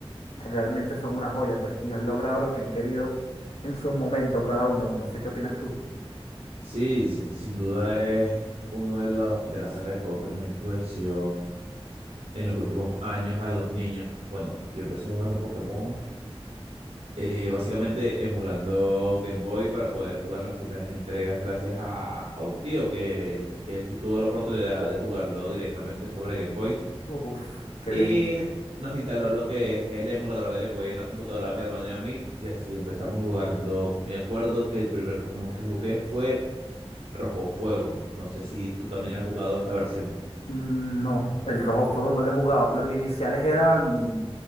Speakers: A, on the left; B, on the right.
A: realmente son una joya, pues, y han logrado lo que han querido en su momento cada uno. No sé qué opinas tú.
B: Sí, sin, sin duda es uno de los de la saga de juegos que más influenció en los últimos años a los niños. Bueno, yo empecé jugando Pokémon, eh, básicamente emulando Game Boy para poder jugar las primeras entregas gracias a, a un tío que, que sí tuvo la oportunidad de jugarlo directamente sobre Game Boy
A: Uf, qué
B: Y
A: bien.
B: nos instaló lo que es el emulador de Game Boy en la computadora de mi hermano y a mí. Y así empezamos jugando. Me acuerdo que el primer Pokémon que jugué fue Rojo Fuego. No sé si tú también has jugado esta versión.
A: Mm, No, el Rojo Fuego no lo he jugado. Los iniciales eran